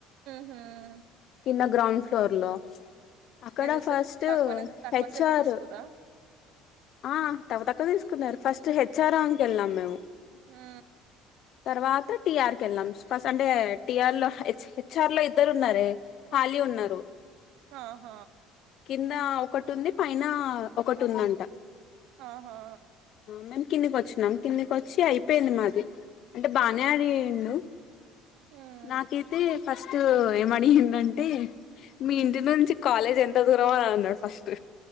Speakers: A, on the right; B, on the left.
A: ఉ
B: కింద గ్రాౌండ్ ఫ్లోర్ లో అక్కడ
A: ఎంతసేపు
B: ఫస్టు
A: తక్కువనే తక్కువ
B: హెచ్ఆర్
A: సేపే తీసుకుర్రా
B: ఆ తగత క్క తీసుకున్నారు ఫస్ట్ హెచ్ఆర్ రౌండ్ కి వెళ్లిన్నాం మేము
A: ఆ
B: తర్వాత టీఆర్ కెళ్ళాం ఫస్ట్ అంటే టిఆర్ లో హెచ్ చార్లో ఇద్దరున్నారే ఖాళీ ఉన్నారు
A: ఆహ
B: కింద ఒకటి ఉంది పైన ఒకటి ఉందంట
A: ఆహా
B: మేము కిందికి వచ్చినం కిందికి వచ్చి అయిపోయింది మాది అంటే బానే
A: హ్మ్
B: అడిండు
A: హ్మ్
B: నాకైతే ఫస్ట్ ఏంఅడిగిండంటే మీ ఇంటి నుంచి కాలేజ్ ఎంత దూరం అని అన్నాడు ఫస్ట్